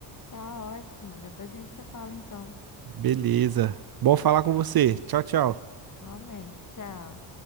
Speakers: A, on the left; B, on the right.
A: tá ótimo. Depois a gente se fala então.
B: Beleza. Bom falar com você. Tchau, tchau.
A: Igualmente, tchau.